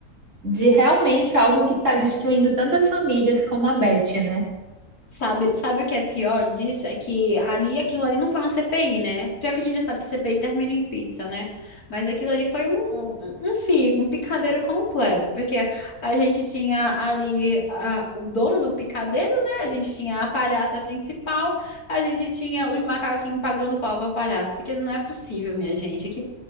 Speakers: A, on the right; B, on the left.
A: de realmente algo que está destruindo tantas famílias como a Beth, né?
B: Sabe, sabe o que é pior disso? É que ali, aquilo ali não foi uma CPI, né? Pior que a gente já sabe que CPI termina em pizza, né? Mas aquilo ali foi um, um, um circo, um picadeiro completo, porque a gente tinha ali a, o dono do picadeiro, né? A gente tinha a palhaça principal, a gente tinha os macaquinhos pagando pau pra palhaça, porque não é possível, minha gente. Que